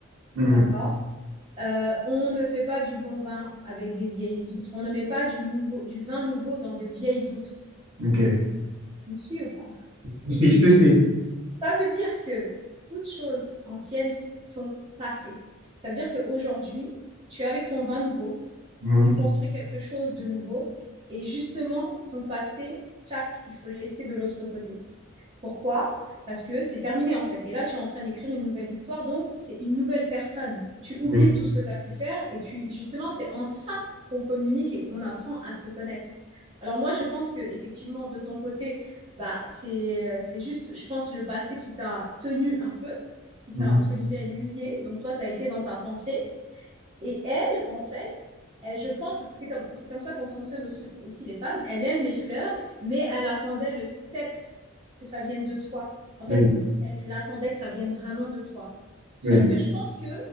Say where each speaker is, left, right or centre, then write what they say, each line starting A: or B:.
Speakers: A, on the right; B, on the right.
A: Mhm.
B: D'accord? Euh, on ne fait pas du bon vin avec des vieilles outres. On ne met pas du, nouveau, du vin nouveau dans de vieilles outres.
A: Ok.
B: Tu me suis ou pas?
A: Je te suis, je te suis.
B: Ça veut dire que toutes choses anciennes sont passées. Ça veut dire qu'aujourd'hui, tu es avec ton vin nouveau,
A: Mhm.
B: tu construis quelque chose de nouveau, et justement, ton passé, tchac, il faut le laisser de l'autre côté. Pourquoi? Parce que c'est terminé en fait. Et là, tu es en train d'écrire une nouvelle histoire, donc c'est une nouvelle personne. Tu oublies
A: Oui.
B: tout ce que tu as pu faire et tu justement, c'est en ça qu'on communique et on apprend à se connaître. Alors moi, je pense que effectivement, de ton côté, bah c'est c'est juste, je pense, le passé qui t'a tenu un peu, qui
A: Mhm.
B: t'a entre guillemets lié. Donc toi, tu as été dans ta pensée et elle, en fait, elle, je pense, parce que c'est comme, c'est comme ça qu'on fonctionne aussi, aussi les femmes, elle aime les fleurs, mais elle attendait le step que ça vienne de toi. En fait,
A: Oui.
B: elle attendait que ça vienne vraiment de toi. Sauf
A: Oui.
B: que je pense que